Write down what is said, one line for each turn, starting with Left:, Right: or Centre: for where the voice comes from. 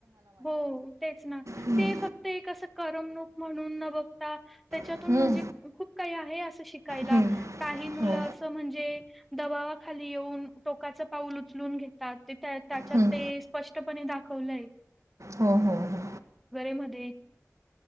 Centre: हो तेच ना!
Right: हम्म,
Centre: ते फक्त एक अस करमणूक म्हण म्हणून न बघता. त्याच्यातून
Right: हम्म,
Centre: म्हणजे खूप काही आहे, असं शिकायला
Right: हम्म, हम्म,
Centre: काही मुलं
Right: हो
Centre: असं म्हणजे दवा खाली येऊन टोकाचं पाऊल उचलून घेतात. त्या त्याच्यात
Right: हम्म,
Centre: ते स्पष्टपणे दा खलंय
Right: हो हो हो
Centre: मध्ये